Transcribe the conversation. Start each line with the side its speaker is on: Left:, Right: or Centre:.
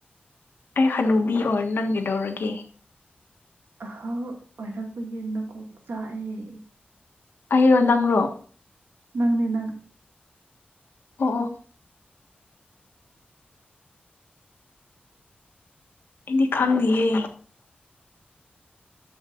Left: ꯑꯩ ꯍꯅꯨꯕꯤ ꯑꯣꯏ ꯅꯪ ꯀꯩꯗꯧꯔꯒꯦ
Right: ꯑꯍꯜ ꯑꯣꯏꯔꯛꯄꯒꯤ ꯅꯀꯣꯛ ꯆꯥꯛꯑꯦ
Left: ꯑꯩꯔꯣ ꯅꯪꯔꯣ
Right: ꯅꯪꯅꯦ ꯅꯪ
Left: ꯑꯣ ꯑꯩꯗꯤ ꯈꯪꯗꯤꯌꯦ